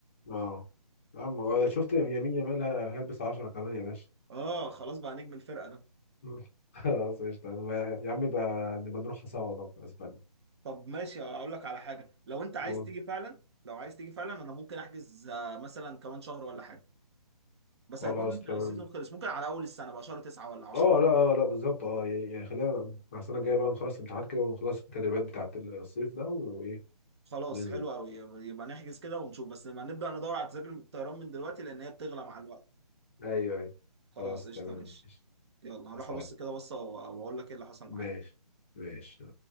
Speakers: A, on the left; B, on the right.
A: اه يا عم هو شفت يمين يامال هيلبس 10 كمان يا باشا
B: آه خلاص بقى نجم الفرقة ده
A: <laughs> مم. خلاص قشطة يا عم بقى نبقى نروح سوا طب اسبانيا
B: طب ماشي أقول لك على حاجة لو أنت عايز
A: قول.
B: تيجي فعلا لو عايز تيجي فعلا أنا ممكن أحجز آه، مثلا كمان شهر ولا حاجة بس
A: خلاص
B: هيكون
A: تمام
B: السيزون خلص ممكن على أول السنة بقى شهر تسعة ولا عشرة
A: اه لا آه، لا بالظبط اه يعني يعني خلينا مع السنه الجايه بقى نخلص الامتحانات كده ونخلص التدريبات بتاعت الصيف ده وايه
B: خلاص
A: وننزل
B: حلو أوي يبقى يبقى نحجز كده ونشوف بس لما نبدأ ندور على تذاكر الطيران من دلوقتي لأن هي بتغلى مع الوقت
A: ايوه ايوه
B: خلاص
A: خلاص
B: قشطة
A: تمام
B: ماشي
A: ماشي
B: يلا
A: مع
B: هروح
A: السلامه
B: أبص كده بصة وأ- وأقول لك إيه اللي حصل
A: ماشي
B: معايا
A: ماشي